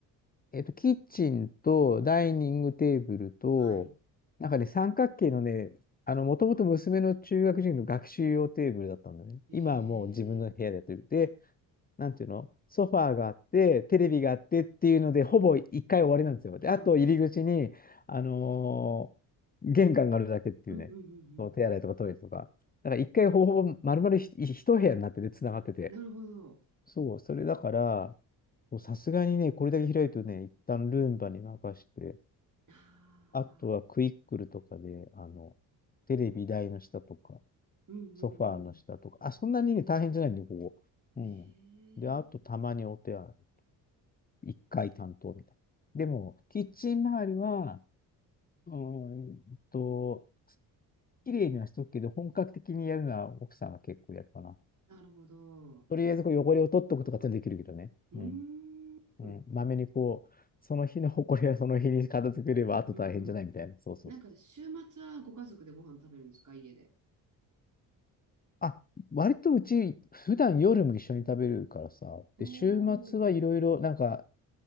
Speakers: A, on the left; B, on the right.
A: えっと、キッチンとダイニングテーブルと、
B: はい。
A: なんかね、三角形のね、あの、もともと娘の中学時の学習用テーブルだったんだね。
B: ええ
A: 今はもう自分の部屋でやってる。で、なんていうのソファーがあって、テレビがあってっていうので、ほぼ一回終わりなんですよ。で、
B: なるほど。
A: あと入り口に、あのー玄関があるだけっていうね、
B: うんうんうんうん。
A: そう手洗いとかトイレとか。だから一回ほぼほぼ丸々ひ一部屋になってて、繋がってて。
B: なるほど。
A: そう、それだから、そうさすがにね、これだけ開いとね、一旦ルンバに任して、
B: ああ、
A: あとはクイックルとかで、あの、テレビ台の下とか、
B: うんうんうん。
A: ソファーの下とか、あ、そんなにね、大変じゃないんで、ここ。うん。
B: ええ
A: で、あとたまにお手洗い。一回担当みたいな。でも、キッチン周りは、うーんと、綺麗にはしとくけど、本格的にやるのは奥さんが結構やるかな。
B: なるほど。
A: とりあえずこう汚れを取っとくとかってできるけどね。
B: うーん。
A: うん。うん。
B: うん
A: まめにこう、その日の埃はその日に片付ければ、
B: うんうん
A: あと大変じゃないみたいな。そうそうそう。
B: なんか週末はご家族でご飯食べるんですか、家で。
A: あ、割とうち、普段夜も一緒に食べるからさ。
B: お
A: で、週末はいろいろ、
B: ー。
A: なんか、